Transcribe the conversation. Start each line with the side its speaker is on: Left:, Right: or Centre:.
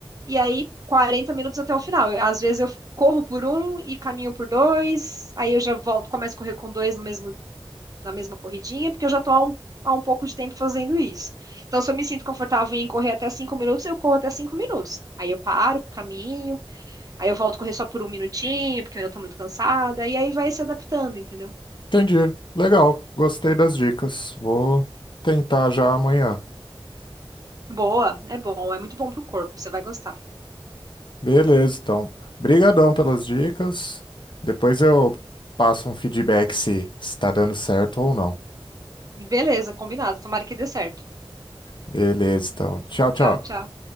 Right: e aí 40 minutos até o final. Eu- Às vezes eu corro por um e caminho por dois, aí eu já volto, começo a correr com dois no mesmo, na mesma corridinha, porque eu já estou há um, há um pouco de tempo fazendo isso. Então, se eu me sinto confortável em correr até cinco minutos, eu corro até cinco minutos. Aí eu paro, caminho, aí eu volto a correr só por um minutinho, porque eu ainda estou muito cansada, e aí vai se adaptando, entendeu?
Left: Entendi. Legal. Gostei das dicas. Vou tentar já amanhã.
Right: Boa, é bom, é muito bom pro corpo, você vai gostar.
Left: Beleza, então. Brigadão pelas dicas. Depois eu passo um feedback se está dando certo ou não.
Right: Beleza, combinado, tomara que dê certo.
Left: Beleza, então. Tchau, tchau.
Right: Tchau, tchau.